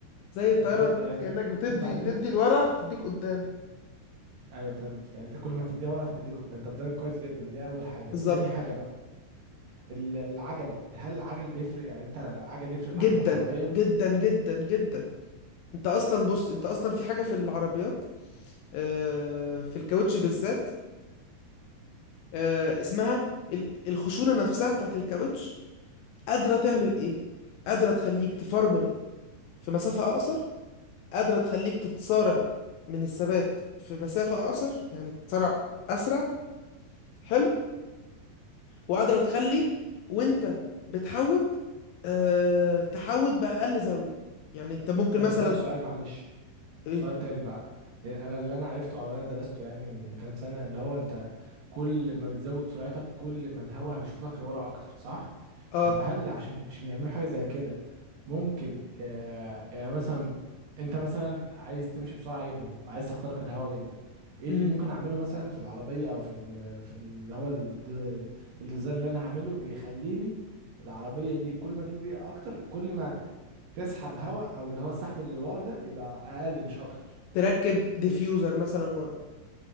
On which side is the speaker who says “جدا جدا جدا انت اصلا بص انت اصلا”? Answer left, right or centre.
Left